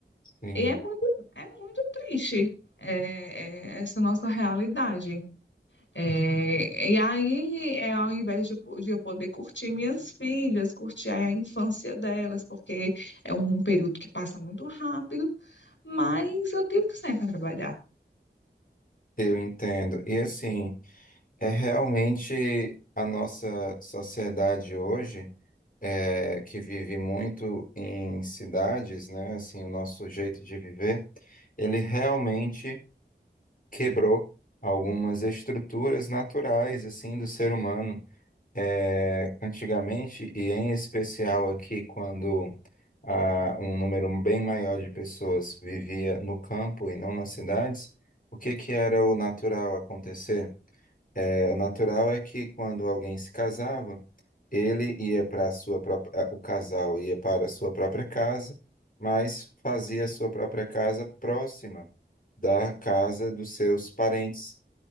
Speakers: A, on the left (about 50°); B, on the left (about 80°).
A: sim,
B: E é muito, é muito triste, é, é essa nossa realidade. É, e aí, é, ao invés de, po- de eu poder curtir minhas filhas, curtir a infância delas, porque é um período que passa muito rápido, mas eu tenho que sair para trabalhar.
A: eu entendo. E assim, é realmente a nossa sociedade hoje, é, que vive muito em cidades, né? Assim, o nosso jeito de viver, ele realmente quebrou algumas estruturas naturais, assim, do ser humano. é, antigamente, e em especial aqui quando ah, um número bem maior de pessoas vivia no campo e não nas cidades, o que que era o natural acontecer? É, o natural é que quando alguém se casava, ele ia para a sua própria, ah, o casal ia para a sua própria casa, mas fazia a sua própria casa próxima da casa dos seus parentes